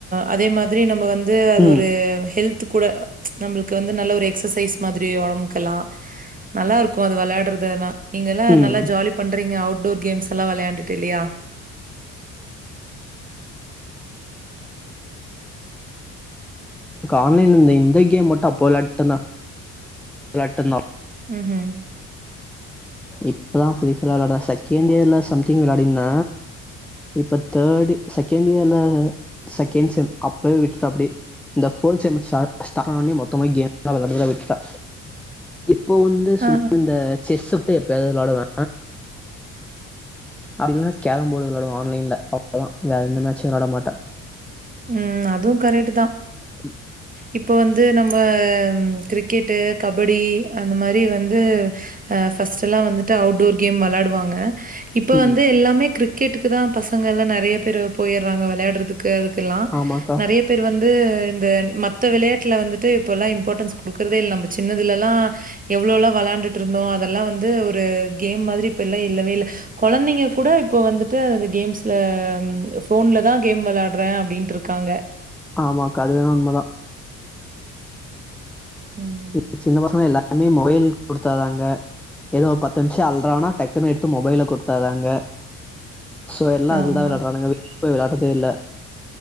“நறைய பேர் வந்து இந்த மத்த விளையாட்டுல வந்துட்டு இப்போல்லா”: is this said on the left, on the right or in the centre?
Right